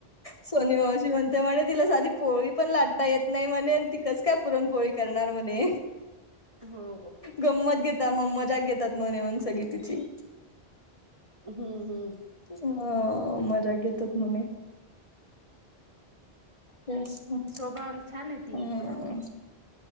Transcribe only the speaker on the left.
सोनी मावशी म्हणते म्हणे तिला साधी पोळी पण लाटता येत नाही म्हणे ती कस काय पुरणपोळी करणार म्हणे
गंमत घेतात मग मजाक घेतात म्हणे मग सगळी तिची.
हं मजा घेतात म्हने. तेच ना.
हम्म